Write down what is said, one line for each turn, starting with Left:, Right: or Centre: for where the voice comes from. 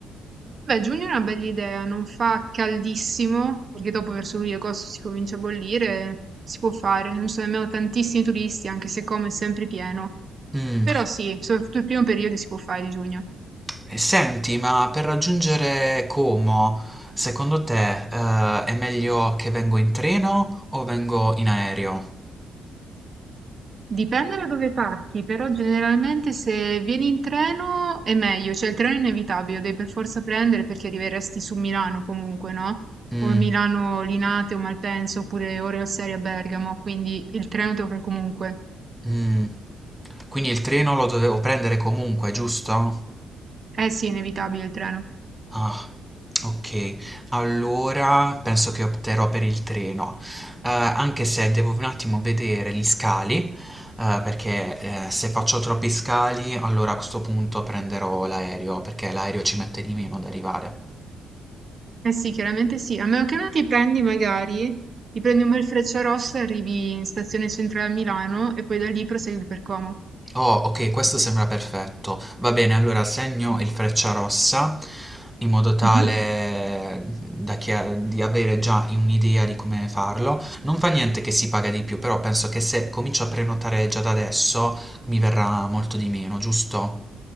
Right: Beh, giugno è una bella idea, non fa caldissimo, perché dopo verso luglio e agosto si comincia a bollire, si può fare, non ci sono nemmeno tantissimi turisti, anche se come è sempre pieno.
Centre: Mm,
Right: Però sì, soprattutto il primo periodo si può fare di giugno.
Centre: E senti, ma per raggiungere Como, secondo te, eh, è meglio che vengo in treno o vengo in aereo?
Right: Dipende da dove parti, però generalmente se vieni in treno è meglio, cioè il treno è inevitabile, lo devi per forza prendere perché arriveresti su Milano comunque, no?
Centre: Mm,
Right: O Milano Linate o Malpensa, oppure ore al serie a Bergamo, quindi il treno te lo fai comunque.
Centre: mm. Quindi il treno lo dovevo prendere comunque, giusto?
Right: Eh sì, è inevitabile il treno.
Centre: Ah, ok. Allora penso che opterò per il treno, Eh, anche se devo un attimo vedere gli scali, eh, perché eh, se faccio troppi scali, allora a questo punto prenderò l'aereo, perché l'aereo ci mette di meno ad arrivare.
Right: Eh sì, chiaramente sì, a meno che non ti prendi magari, ti prendi un bel Frecciarossa, arrivi in stazione centrale a Milano e poi da lì prosegui per Como.
Centre: Oh, ok, questo sembra perfetto. Va bene, allora segno il Frecciarossa in modo tale
Right: Mhm.
Centre: eh, da chia- di avere già un'idea di come farlo. Non fa niente che si paga di più, però penso che se comincio a prenotare già da adesso mi verrà molto di meno, giusto?